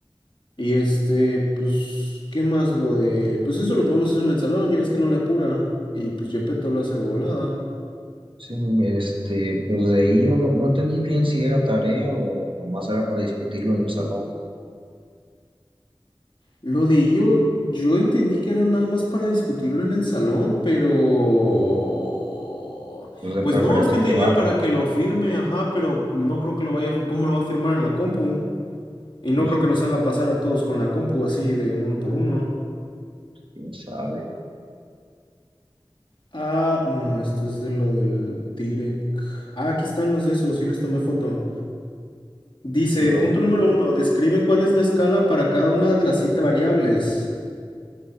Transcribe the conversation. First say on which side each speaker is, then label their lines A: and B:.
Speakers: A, on the left (about 55°); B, on the right (about 60°).
A: Y este, pues, ¿qué más lo de...? Pues eso lo podemos hacer en el salón, ya ves que no le apura. Y pues Gepetto lo hace de volada.
B: Sí, este, pues de ahí yo no, no entendí bien si era tarea o nomás era para discutirlo en el salón.
A: Lo de yo, yo entendí que era nada más para discutirlo en el salón, pero...
B: Pues de
A: Pues
B: preferencia
A: no, es que
B: llevarlo.
A: te diría para que lo firme, ajá, pero no creo que lo vaya... ¿Cómo lo va a firmar en la compu? Y no
B: Pues
A: creo que nos haga pasar a todos con la compu así de uno por uno.
B: quién sabe.
A: Ah, no, esto es de lo del direct. Ah, aquí están los de esos, sí les tomé foto. Dice,
B: Pues lo,
A: punto número uno, describe cuál es la escala para cada una de las siete variables.